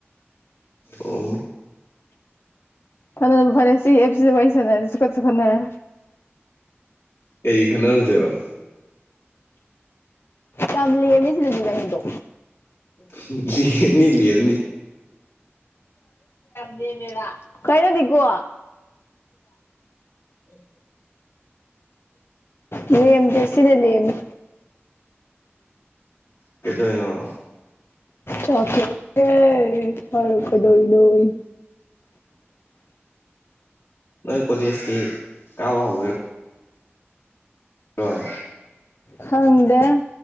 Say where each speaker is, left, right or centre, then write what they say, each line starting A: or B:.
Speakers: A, on the left; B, on the left.
A: ꯊꯣꯡ
B: ꯐꯅꯗꯨꯝ ꯐꯔꯦ ꯁꯤ ꯑꯦꯞꯁꯤ ꯋꯥꯔꯤ ꯁꯥꯟꯅꯔꯦ ꯁꯨꯈꯁꯨ ꯈꯅꯔꯦ
A: ꯀꯩ ꯈꯟꯅ ꯍꯧꯗꯣꯢꯕ
B: ꯌꯥꯝꯂꯦꯝꯃꯦ ꯁꯤꯗꯗꯤ ꯅꯪꯗꯣ
A: <unintelligible> ꯍꯤꯠꯅꯤ ꯂꯤꯌꯣꯅꯤ
B: ꯂꯦꯝꯃꯦꯕ ꯀꯩꯅꯣ ꯗꯤꯒꯣ
A: ꯎꯝ
B: ꯅꯪ ꯌꯥꯝ ꯉꯁꯤꯗꯤ ꯂꯦꯝꯃꯦ
A: ꯀꯩꯗꯩꯋꯤꯅꯣ
B: ꯆꯥꯛ ꯊꯣꯡꯗꯦ ꯃꯔꯨꯞ ꯀꯩꯗꯣꯏꯋꯤꯅꯣꯌꯦ
A: ꯅꯣꯏ ꯀꯣꯂꯦꯖꯀꯤ ꯀꯥꯕ ꯍꯧꯒ꯭ꯔꯦ ꯍꯣꯏ
B: ꯈꯪꯗꯦ